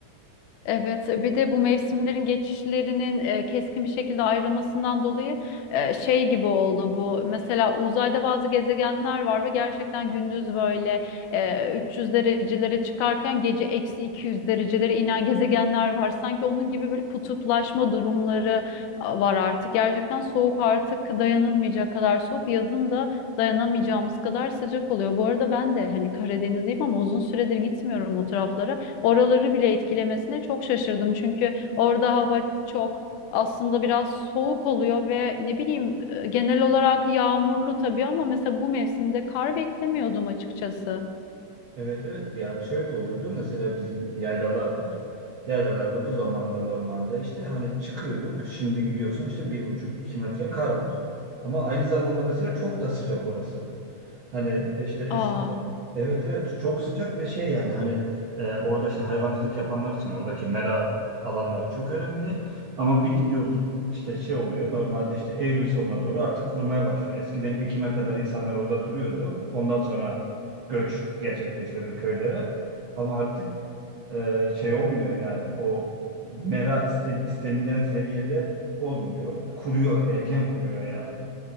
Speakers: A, on the left (about 85°); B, on the right (about 70°).
A: Evet, e, bir de bu mevsimlerin geçişlerinin e, keskin bir şekilde ayrılmasından dolayı e, şey gibi oldu bu. Mesela uzayda bazı gezegenler var ve gerçekten gündüz böyle e, 300 derecelere çıkarken gece eksi 200 derecelere inen gezegenler var. Sanki onun gibi böyle kutuplaşma durumları a, var artık. Gerçekten soğuk artık dayanılmayacak kadar soğuk. Yazın da dayanamayacağımız kadar sıcak oluyor. Bu arada ben de hani Karadenizliyim ama uzun süredir gitmiyorum o taraflara. Oraları bile etkilemesine çok şaşırdım. Çünkü orada hava çok aslında biraz soğuk oluyor ve ne bileyim e, genel olarak yağmurlu tabii ama mesela bu mevsimde kar beklemiyordum açıkçası.
B: Evet evet ya şöyle oluyordu mesela bizim yaylalar var. Yaylalarda bu zamanda normalde işte hani çıkıyorduk şimdi gidiyorsun işte bir buçuk iki metre kar var. Ama aynı zamanda mesela çok da sıcak orası. Hani işte eski
A: Aa,
B: Evet evet çok sıcak ve şey yani hani e, orada işte hayvancılık yapanlar için oradaki mera alanları çok önemli. Ama bir gidiyoruz işte şey oluyor normalde işte Eylül sonuna doğru artık kurumaya başlıyor. Eskiden Ekim'e kadar insanlar orada duruyordu. Ondan sonra göç gerçekleşiyordu köylere. Ama artık e, şey olmuyor yani o mera iste- istenilen seviyede olmuyor. Kuruyor erken kuruyor yani.